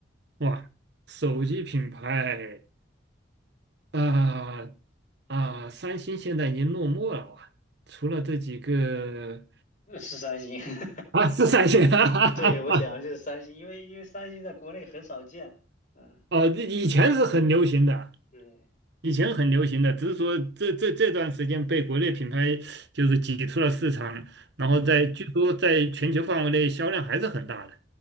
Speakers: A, on the right; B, on the left.
A: 哇，手机品牌，啊啊，三星现在已经落寞了哇，除了这几个
B: <laughs> 呃是三星。<laughs>
A: 啊，<laughs> 是三星，<laughs> 啊，
B: 对，我想就是三星，因为因为三星在国内很少见。嗯，
A: 哦，以前是很流行的，
B: 对，
A: 以前很流行的，只是说这这这段时间被国内品牌就是挤出了市场，然后在据说在全球范围内销量还是很大的，
B: 嗯，